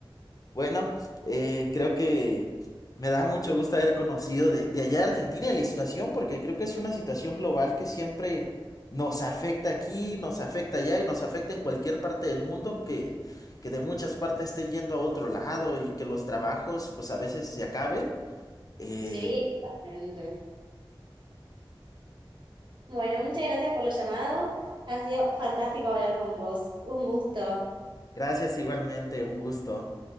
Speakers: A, on the left; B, on the right.
A: Bueno, eh, creo que me da mucho gusto haber conocido de, de allá de Argentina y la situación, porque creo que es una situación global que siempre nos afecta aquí, nos afecta allá y nos afecta en cualquier parte del mundo, que, que de muchas partes estén yendo a otro lado y que los trabajos pues a veces se acaben. Eh,
B: Sí, totalmente. Bueno, muchas gracias por lo llamado. Ha sido fantástico hablar con vos. Un gusto.
A: gracias igualmente, un gusto.